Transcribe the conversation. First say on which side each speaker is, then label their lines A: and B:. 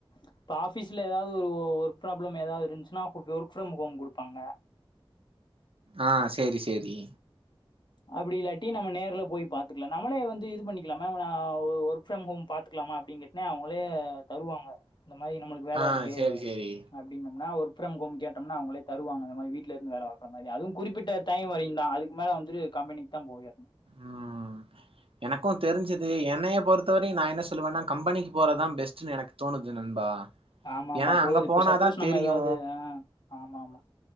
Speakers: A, on the left; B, on the right.
A: இப்ப ஆபீஸ்ல எதாவது ஒரு ஒர்க் பிராபுளம் எதாவது இருந்துச்சுன்னா ஒர்க் ஃப்ரம் ஹோம் குடுப்பாங்க
B: ஆ சேரி சேரி
A: அப்டி இல்லாட்டி நம்ம நேர்ல போய் பாத்துக்கலா நம்மளே வந்து இது பண்ணிக்கலாமா அவ ஒர்க் ஃப்ரம் ஹோம் பாத்துக்கலாமா அப்டினு கட்டொனே அவங்களே தருவாங்க இந்த மாரி நம்மளுக்கு வேல
B: ஆ
A: இருக்கு
B: சேரி சேரி
A: அப்டின்னம்னா ஒரு ஃப்ரம் ஹோம் கேட்டம்னா அவங்களே தருவாங்க அந்த மாரி வீட்ல இருந்து வேல பாக்குற மாரி அதுவும் குறிப்பிட்ட டைம் வரையுந்தா அதுக்கு மேல வந்து கம்பெனிக்குதா போய் ஆகனு
B: ம் எனக்கு அது தெருஞ்சுது என்னைய பொறுத் த்த வரையும் நா என்ன சொல்லுவன்னா கம்பெனிக்கு போறதா பெஸ்ட்னு எனக்கு தோணுது நண்பா
A: ஆமா ஆமா
B: ஏன்னா
A: போது
B: அங்க
A: இப்ப
B: போனாதா
A: சப்போஸ் நம்ம
B: தெரியு
A: எதாவது ஆமா ஆமா